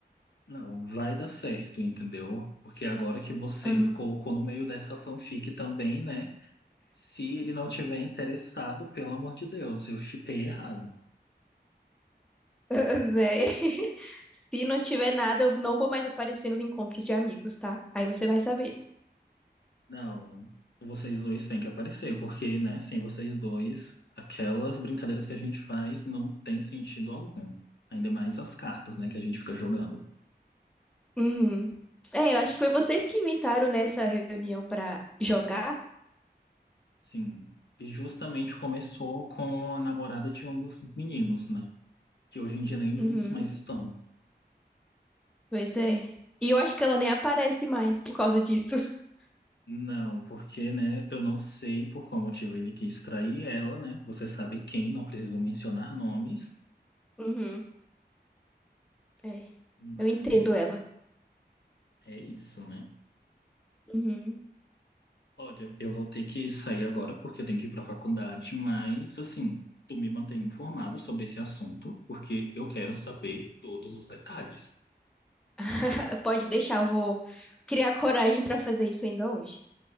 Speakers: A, on the left; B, in the centre.
A: Não, vai dar certo, entendeu? Porque agora que você
B: Aham.
A: me colocou no meio dessa fanfic também, né? Se ele não tiver interessado, pelo amor de Deus, eu shippei errado.
B: <laughs> Né? <laughs> Se não tiver nada, eu não vou mais aparecer nos encontros de amigos, tá? Aí você vai saber.
A: Não, vocês dois têm que aparecer, porque, né, sem vocês dois, aquelas brincadeiras que a gente faz não tem sentido algum. Ainda mais as cartas, né, que a gente fica jogando.
B: Uhum. É, eu acho que foi vocês que inventaram nessa reunião pra jogar.
A: Sim. E justamente começou com a namorada de um dos meninos, né? Que hoje em dia nem
B: Uhum.
A: juntos mais estão.
B: Pois é. E eu acho que ela nem aparece mais por causa disso. <laughs>
A: Não, porque, né, eu não sei por qual motivo ele quis trair ela, né? Você sabe quem, não preciso mencionar nomes.
B: Uhum. É.
A: Mas
B: Eu entendo ela.
A: É isso, né?
B: Uhum.
A: Olha, eu vou ter que sair agora porque eu tenho que ir para a faculdade, mas assim, tu me mantém informado sobre esse assunto, porque eu quero saber todos os detalhes.
B: <laughs> Pode deixar, eu vou criar coragem pra fazer isso ainda hoje.